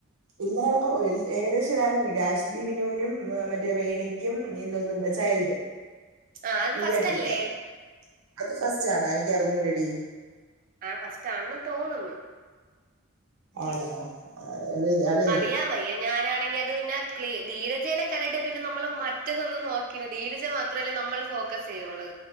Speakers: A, on the right; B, on the right.
A: എല്ലാ ഓഹ് ഏകദേശം എല്ലാർക്കും കിട്ടി അഷ്ലിനൂനും മറ്റേ വേണിക്യും എന്തോന്ന് ചൈൽഡ്
B: ആഹ് അതിന്
A: പീടിയാട്രിക്ക്
B: ഫസ്റ്റ് അല്ലേ
A: അത് ഫസ്റ്റ് ആളാ എനിക്കറിഞ്ഞൂടടി
B: ആഹ് ഫസ്റ്റ് ആന്ന് തോന്നുന്ന്
A: ആണോ അത് അതന്നെ
B: അറിയാവയ്യ ഞാനാണെങ്കി അത് പിന്നെ ക്ലീ ധീരജേന കണ്ടിട്ട് പിന്നെ നമ്മള് മറ്റതൊന്നും നോക്കില ധീരജ മാത്രല്ലേ നമ്മൾ ഫോക്കസ് ചെയ്യോള്ള്